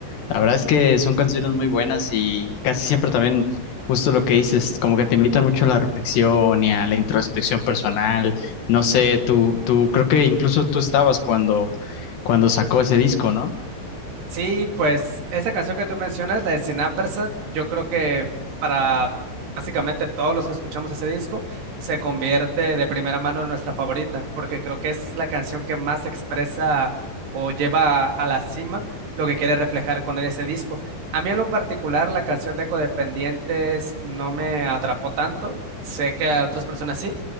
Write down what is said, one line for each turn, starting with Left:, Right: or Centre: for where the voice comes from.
Left: La verdad es que son canciones muy buenas y casi siempre también, justo lo que dices, como que te invitan mucho a la reflexión y a la introspección personal. No sé, tú, tú, creo que incluso tú estabas cuando, cuando sacó ese disco, ¿no?
Right: Sí, pues esa canción que tú mencionas, la de Sin Ampersand, yo creo que para básicamente todos los que escuchamos ese disco, se convierte de primera mano en nuestra favorita, porque creo que es la canción que más expresa o lleva a la cima lo que quiere reflejar con ese disco. A mí en lo particular, la canción de Codependientes no me atrapó tanto, sé que a otras personas sí,